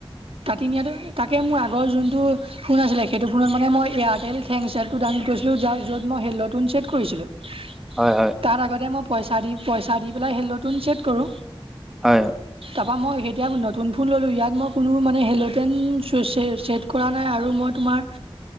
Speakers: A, on the right (about 75°); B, in the centre.
A: কাটি নিয়াটো, তাকে মোৰ আগৰ যোনটো- ফোন আছিলে। সেইটো ফোনত মানে মই এয়াৰটেল থেংকছ এপটো ডাউনলোড কৰিছিলোঁ, যাৰ য'ত মই হেল্ল'টন ছেট কৰিছিলোঁ। <inaudible>
B: হয়, হয়।
A: তাত আগতে মই পইচা দি, পইচা দি পেলাই হেল্ল'টন ছেট কৰোঁ।
B: হয়।
A: তাৰপা মই এতিয়া নতুন ফোন ল'লো। ইয়াত মই কোনো মানে হেল্ল'টন ছ ছে ছেট- কৰা নাই আৰু মই তোমাৰ-